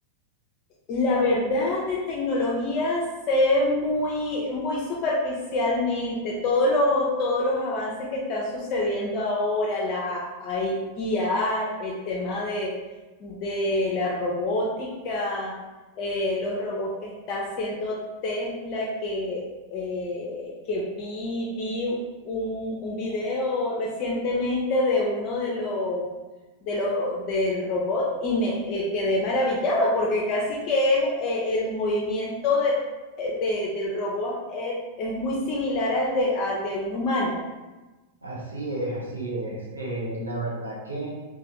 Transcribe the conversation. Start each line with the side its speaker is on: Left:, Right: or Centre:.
Left: La verdad de tecnología sé muy, muy superficialmente todos los, todos los avances que están sucediendo ahora, la AI, IA, el tema de, de la robótica, eh, los robots que está haciendo Tesla, que, eh, que vi, vi un, un video recientemente de uno de los de lo, del robot y me eh, quedé maravillada porque casi que es, eh, el movimiento de, de, del robot es, es muy similar al de, al de un humano.
Right: Así es, así es. Eh, la verdad que